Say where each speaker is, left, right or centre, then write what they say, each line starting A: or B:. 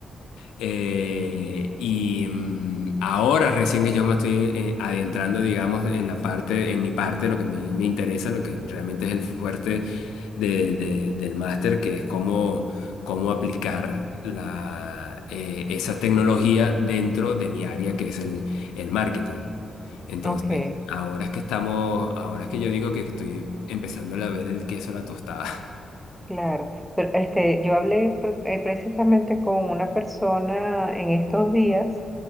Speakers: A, on the left; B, in the centre.
A: eh, y mm, ahora recién que yo me estoy eh, adentrando, digamos, en la parte, en mi parte, lo que me, me interesa, lo que realmente es el fuerte de- de- del máster, que es cómo, cómo aplicar la, eh, esa tecnología dentro de mi área, que es el, el marketing. Entonces,
B: ok,
A: ahora es que estamos, ahora es que yo digo que estoy empezando a ver el queso a la tostada. <laughs>
B: claro. Pero este, yo hablé pre- eh, precisamente con una persona en estos días